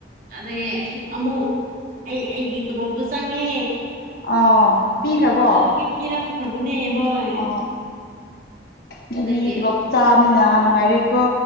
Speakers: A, on the right (about 50°); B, on the left (about 55°).
A: ꯑꯗ ꯑꯃꯨꯛ ꯑꯩ ꯑꯩꯒꯤ ꯇꯣꯂꯣꯞꯇꯨ ꯆꯪꯉꯦ
B: ꯑ ꯄꯤꯈ꯭ꯔꯕꯣ
A: ꯑꯗꯨꯒꯤ ꯄꯤꯔꯝꯈ꯭ꯔꯕꯅꯦ ꯍꯣꯏ
B: ꯑ ꯃꯤꯗꯤ
A: ꯑꯗꯨꯒꯤ
B: ꯄꯨꯂꯞ ꯆꯥꯕꯅꯤꯅ ꯅꯨꯡꯉꯥꯏꯔꯦꯀꯣ